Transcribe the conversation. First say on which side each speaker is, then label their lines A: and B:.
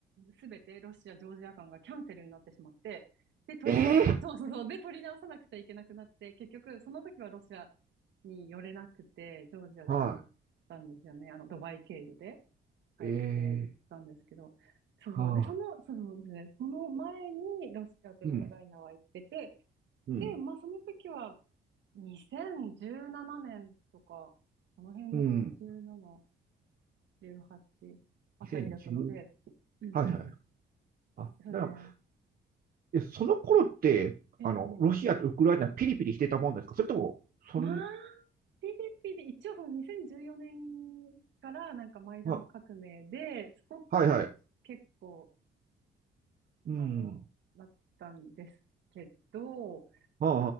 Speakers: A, on the right; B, on the right.
A: すべてロシア、ジョージア間がキャンセルになってしまって、で、取りの、
B: えー、
A: そうそうそう、で、取り直さなくちゃいけなくなって、結局、その時はロシアに寄れなくて、ジョージアだけ行ったんですよね。
B: は
A: あの、ドバイ経由で帰って行ったんですけど、
B: い。え
A: そうそう、
B: ー、はあ。
A: で、その、そうそうですね、その前にロシアとウクライナは行ってて、
B: うん、うん、
A: で、まあ、その時は、2017年とか、この辺ですね。
B: うん。
A: 17、18あたりだったので、
B: 2010、
A: うんうん。
B: はいはい。あ、
A: そうね。
B: ならえ、その頃って、
A: ええ、
B: あの、
A: ええ
B: ロシアとウクライナピリピリしてたもんですかそれとも、そん、
A: まあ、ピリピリ、一応その2014年からなんかマイダン革命で、
B: あ、
A: そこから結構、
B: はいはい。うん。
A: あの、なったんですけど、
B: はあ、